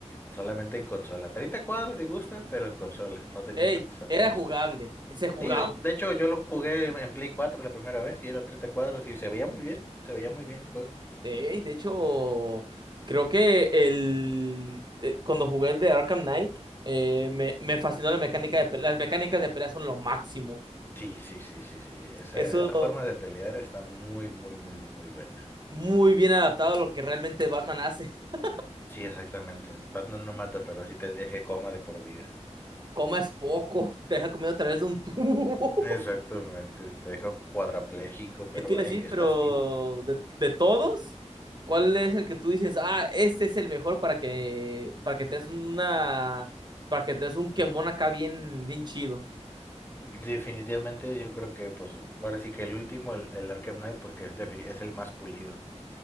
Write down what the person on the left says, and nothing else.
solamente en consola. 30 cuadros si gustas, pero en consola, no tenía
tantos errores.
Sí, de, de hecho yo lo jugué en Play 4 la primera vez y era 30 cuadros y se veía muy bien, se veía muy bien el juego.
Sí, sí, sí, sí, sí. Esa,
esa forma de pelear está muy, muy, muy, muy buena.
Sí, exactamente. Batman no mata, pero sí te deja en coma de por vida.
Exactamente, te deja cuadrapléjico,
pero
hey,
¿estás
vivo?
Definitivamente yo creo que pues ahora sí que el último, el, el Arkham Knight, porque es, defini- es el más pulido.